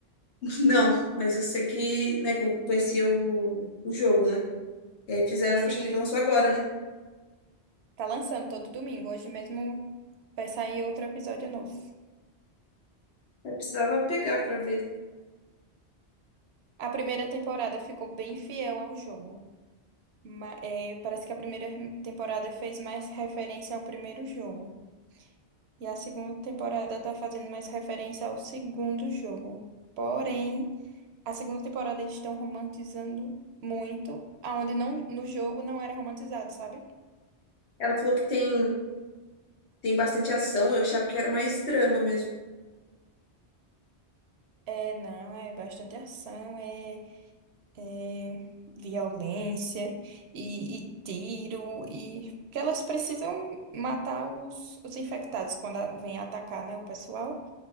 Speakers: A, on the left; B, on the right.
A: Não, mas eu sei que, né, que eu conhecia o, o jogo, né? E aí fizeram,
B: Sim,
A: acho que lançou agora, né?
B: tá lançando todo domingo. Hoje mesmo vai sair outro episódio novo.
A: Eu precisava pegar pra ver.
B: A primeira temporada ficou bem fiel ao jogo. Ma- é, parece que a primeira temporada fez mais referência ao primeiro jogo. E a segunda temporada está fazendo mais referência ao segundo jogo. Porém, a segunda temporada eles estão romantizando muito, aonde não, no jogo não era romantizado, sabe?
A: Ela falou que tem, tem bastante ação, eu achava que era mais drama mesmo.
B: É, não, é bastante ação, é é, violência e, e tiro e que elas precisam matar os, os infectados quando a- vem atacar, né, o pessoal.